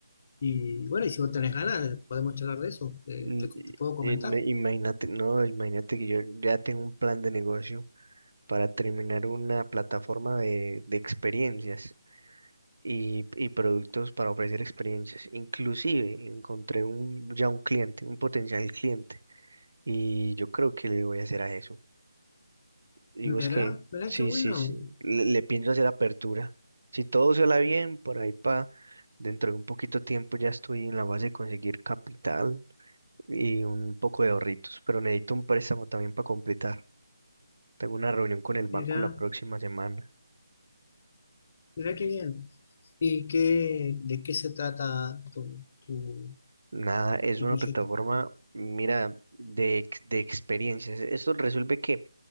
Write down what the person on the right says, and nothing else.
mm,
y-
y no- imagínate, no, imagínate que yo ya tengo un plan de negocio para terminar una plataforma de, de experiencias y, y productos para ofrecer experiencias. Inclusive encontré un, ya un cliente, un potencial cliente Y yo creo que le voy a hacer a eso. Y
vos que,
sí,
sí, sí, le, le pienso hacer apertura. Si todo se la bien, por ahí para dentro de un poquito tiempo ya estoy en la base de conseguir capital y un poco de ahorritos, pero necesito un préstamo también para completar. Tengo una reunión con el banco
la próxima semana.
Nada, es
una
plataforma, mira, de, ex- de experiencias. Esto resuelve que